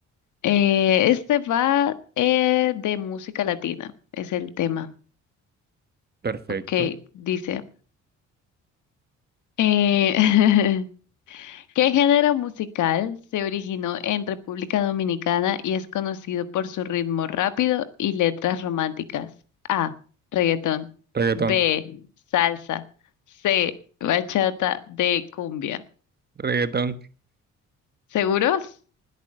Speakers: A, on the left; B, on the right.
A: Eh, este va eh, de música latina, es el tema.
B: perfecto.
A: Ok, dice. eh, <laughs> ¿Qué género musical se originó en República Dominicana y es conocido por su ritmo rápido y letras románticas? A. Reggaetón.
B: Reggaetón,
A: B. Salsa. C. Bachata. D. Cumbia.
B: reggaetón.
A: ¿Seguros?